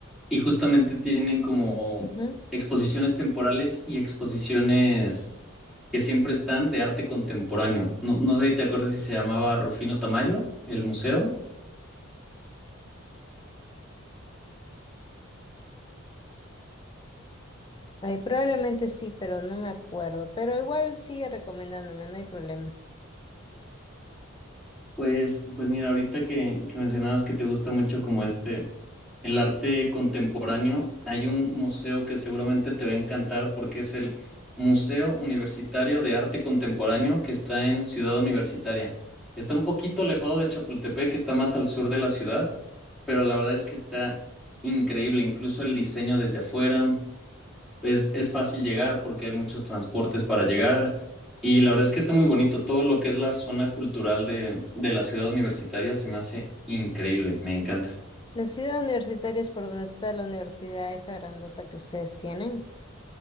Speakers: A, in the centre; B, on the left.
A: y justamente tienen como
B: Ujú.
A: exposiciones temporales y exposiciones que siempre están de arte contemporáneo. No, no sé si te acuerdas si se llamaba Rufino Tamayo, el museo.
B: Ay, probablemente sí, pero no me acuerdo. Pero igual sigue recomendándome, no hay problema.
A: Pues, pues mira, ahorita que, que mencionabas que te gusta mucho como este, el arte contemporáneo, hay un museo que seguramente te va a encantar porque es el Museo Universitario de Arte Contemporáneo que está en Ciudad Universitaria. Está un poquito alejado de Chapultepec, que está más al sur de la ciudad, pero la verdad es que está increíble, incluso el diseño desde afuera es, es fácil llegar porque hay muchos transportes para llegar. Y la verdad es que está muy bonito. Todo lo que es la zona cultural de, de la ciudad universitaria se me hace increíble. Me encanta.
B: La ciudad universitaria es por donde está la universidad, esa grandota que ustedes tienen.